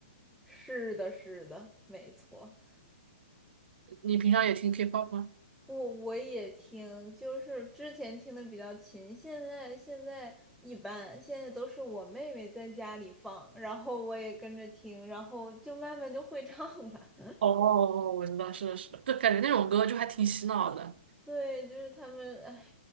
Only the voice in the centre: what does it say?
是的，是的，没错。
我我也听，就是之前听的比较勤，现在现在一般，现在都是我妹妹在家里放，然后我也跟着听，然后就慢慢就会唱了。
<laughs> 对，就是他们，哎，